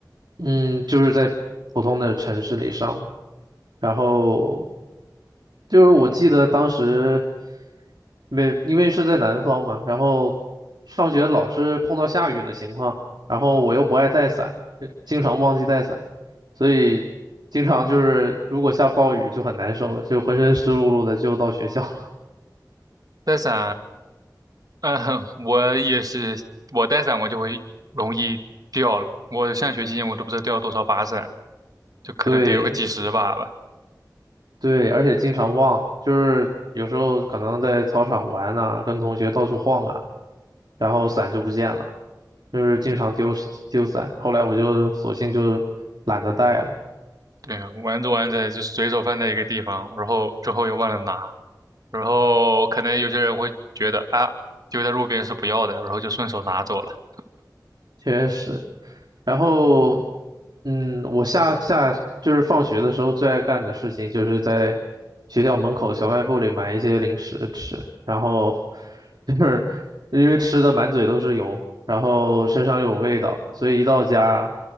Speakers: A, on the right; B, on the right.
A: 嗯，就是在普通的城市里上的，然后就是我记得当时没，因为是在南方嘛，然后上学老是碰到下雨的情况，然后我又不爱带伞，呃经常忘记带伞，所以经常就是如果下暴雨就很难受了，就浑身湿漉漉的就到学校了。
B: 在陕嗯，我也是，我带伞我就会容易掉了。我上学期间我都不知道掉了多少把伞，
A: <laughs>
B: 就可能得有个几十把吧。
A: 对对，而且经常忘，就是有时候可能在操场玩呐、跟同学到处晃啊。然后伞就不见了，就是经常丢丢伞。
B: 嗯，
A: 后来我就索性就懒得带了，
B: 对啊，玩着玩着就随手放在一个地方，然后之后又忘了拿，然后可能有些人会觉得啊，丢在路边是不要的，然后就顺手拿走了。
A: 确实。然后，嗯，我下下就是放学的时候最爱干的事情，就是在学校门口小卖部里买一些零食吃，然后就是因为吃的满嘴都是油，然后身上又有味道，所以一到家